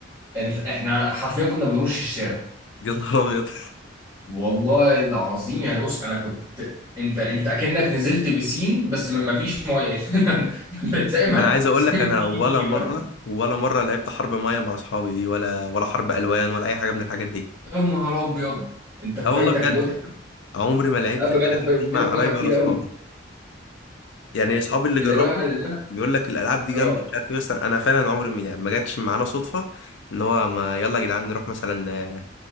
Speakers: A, on the right; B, on the left.
A: انت احنا حرفيا كنا بنرش الشارع
B: <laughs> يا نهار ابيض
A: والله العظيم يعني بص انا كنت انت انت اكنك نزلت بسين بس ما ما فيش ميه <laughs>
B: <laughs>
A: زي ما
B: انا عايز اقول
A: زي
B: لك
A: ما
B: انا
A: تيجي
B: ولا
A: تيجي
B: مره
A: بقى
B: ولا مره لعبت حرب ميه مع اصحابي دي ولا ولا حرب الوان ولا اي حاجه من الحاجات دي
A: يا نهار ابيض انت فايتك
B: اه والله بجد
A: متعه
B: عمري ما لعبت
A: لا بجد
B: الالعاب
A: فايتك
B: دي مع قرايبي
A: متعه كتير
B: ولا اصحابي
A: قوي
B: يعني اصحابي اللي جربوا
A: اللي بقى اللي انا
B: بيقول لك الالعاب دي جامده
A: اه
B: مش عارف ايه بس انا فعلا عمري ما يعني ما جاتش معانا صدفه ان هو ما يلا يا جدعان نروح مثلا